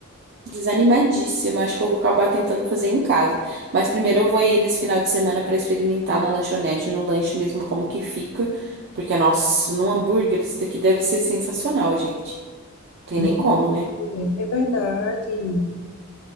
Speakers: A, on the right (about 55°); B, on the left (about 90°).
A: desanimadíssima. Acho que eu vou acabar tentando fazer em casa. Mas primeiro eu vou ir nesse final de semana para experimentar na lanchonete, no lanche mesmo, como que fica. Porque, nossa, num hambúrguer isso daqui deve ser sensacional, gente. Tem
B: Não,
A: nem como, né?
B: É é verdade.